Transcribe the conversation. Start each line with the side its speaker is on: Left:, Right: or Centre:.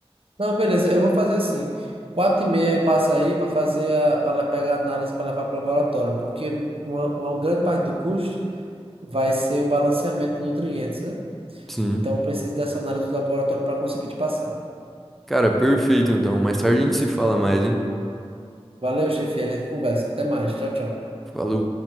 Right: Não, beleza, eu vou fazer assim. Quatro e meia eu passo aí para fazer a, para pegar a análise para levar para o laboratório, porque uma, uma grande parte do custo vai ser o balanceamento de nutrientes, né?
Centre: Sim.
Right: Então eu preciso dessa análise do laboratório para conseguir te passar.
Centre: Cara, perfeito então. Mais tarde a gente se fala mais, hein?
Right: Valeu, chefe, a gente conversa. Até mais. Tchau, tchau.
Centre: Falou.